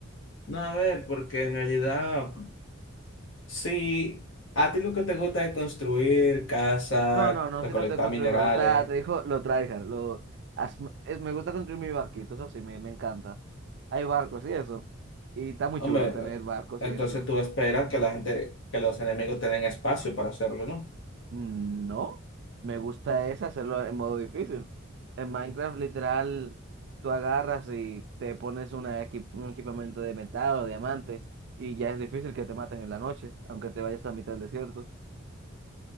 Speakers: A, on the left; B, on the right.
A: no, a ver, porque en realidad, sí, a ti lo que te gusta es construir casa,
B: No, no, no
A: recolectar
B: soy tanto de construir,
A: minerales.
B: me gusta, te dijo, lo tryhard, lo, as- es- me gusta construir mi barquito, eso sí, me, me encanta. Hay barcos y eso, y está muy
A: Hombre,
B: chulo tener barcos
A: entonces
B: y eso.
A: tú esperas que la gente, que los enemigos tengan espacio para hacerlo, ¿no?
B: No, me gusta es hacerlo en modo difícil. En Minecraft, literal, tú agarras y te pones una equi- un equipamiento de metal o diamante y ya es difícil que te maten en la noche, aunque te vayas a mitad del desierto.